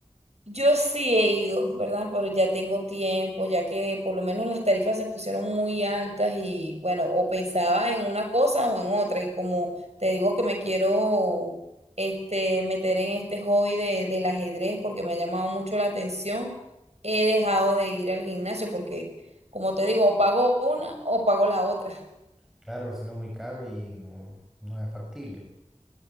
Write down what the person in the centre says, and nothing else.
Claro, si no es muy caro y no, no es factible.